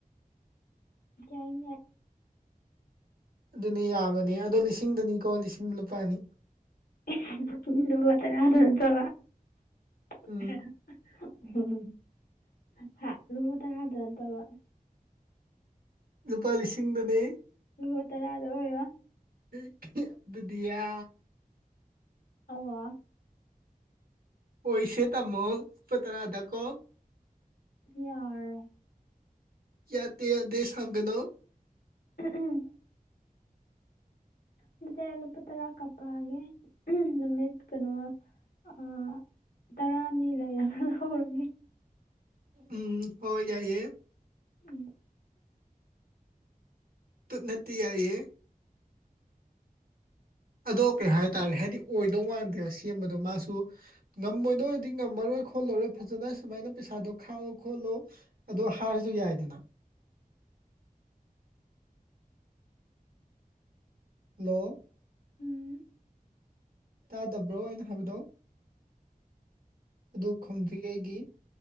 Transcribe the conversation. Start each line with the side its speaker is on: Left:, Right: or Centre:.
Left: ꯌꯥꯏꯅꯦ
Right: ꯑꯗꯨꯅꯦ ꯌꯥꯕꯅꯦ ꯑꯗꯣ ꯂꯤꯁꯤꯡꯗꯅꯤꯀꯣ ꯂꯤꯁꯤꯗ ꯂꯨꯄꯥ ꯑꯅꯤ
Left: <unintelligible> ꯂꯨꯄꯥ ꯇꯔꯥ ꯗꯨꯔꯣ ꯗꯣ
Right: ꯎꯝ
Left: <unintelligible> <unintelligible> ꯍꯥ ꯂꯨꯕ ꯇꯔꯥꯗ ꯅꯥꯠꯇꯕ
Right: ꯂꯨꯄꯥ ꯂꯤꯁꯤꯡ ꯗꯅꯦ
Left: ꯂꯨꯄꯥ ꯇꯔꯥꯗ ꯑꯣꯏꯔꯣ
Right: <unintelligible> ꯑꯗꯨꯗꯤ ꯌꯥ
Left: ꯑꯧꯋꯥ
Right: ꯑꯣꯏꯁꯦ ꯇꯥꯝꯃꯣ ꯂꯨꯄꯥ ꯇꯔꯥꯗ ꯀꯣ
Left: ꯌꯥꯔꯦ
Right: ꯌꯥꯇꯦ ꯌꯥꯗꯦ ꯁꯧꯒꯅꯣ
Left: ꯎꯝ ꯎꯝ ꯗꯨꯗꯤ ꯑꯩ ꯂꯨꯄꯥ ꯇꯔꯥ ꯀꯞꯄꯥꯛ ꯑꯒꯦ ꯅꯨꯃꯤꯠ ꯀꯩꯅꯣ ꯑꯥ ꯇꯔꯥꯅꯤ ꯂꯩꯔꯒ ꯂꯧꯔꯒꯦ
Right: ꯎꯝ ꯍꯣꯏ ꯌꯥꯏꯌꯦ
Left: ꯎꯝ
Right: ꯇꯨꯠ ꯅꯠꯇꯦ ꯌꯥꯏꯌꯦ ꯑꯗꯣ ꯀꯩ ꯍꯥꯏꯇꯥꯔꯦ ꯍꯥꯏꯗꯤ ꯑꯣꯏꯗꯧ ꯃꯥꯟꯗꯦꯕ ꯁꯦꯝꯕꯗꯣ ꯃꯥꯁꯨ ꯉꯝꯃꯣꯏꯗꯣꯏ ꯑꯣꯏꯗꯤ ꯉꯝꯃꯔꯣꯏ ꯈꯣꯠꯂꯔꯣꯏ ꯐꯖꯅ ꯁꯨꯃꯥꯏꯅ ꯄꯩꯁꯥꯗꯣ ꯈꯥꯛꯑꯣ ꯈꯣꯠꯂꯣ ꯑꯗꯣ ꯍꯥꯏꯔꯁꯨ ꯌꯥꯏꯗꯅ ꯅꯣ
Left: ꯎꯝ
Right: ꯇꯥꯗꯕ꯭ꯔꯣ ꯑꯩꯅ ꯍꯥꯏꯕꯗꯣ ꯑꯗꯨ ꯈꯣꯨꯝꯗ꯭ꯔꯤ ꯀꯩꯒꯤ